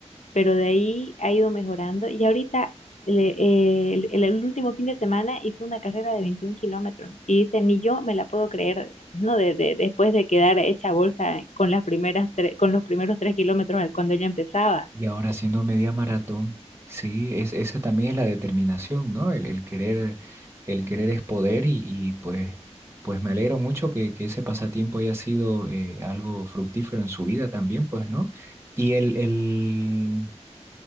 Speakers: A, on the left; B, on the right.
A: pero de ahí ha ido mejorando y ahorita le- eh, el, el último fin de semana hizo una carrera de 21 kilómetros y dice, ni yo me la puedo creer, ¿no? De, de- después de quedar hecha bolsa con las primeras tre- con los primeros tres kilómetros cuando ella empezaba.
B: Y ahora haciendo media maratón, sí, es, esa también es la determinación, ¿no? El, el querer, el querer es poder y, y pues, pues me alegro mucho que, que ese pasatiempo haya sido eh, algo fructífero en su vida también, pues, ¿no? Y el, el,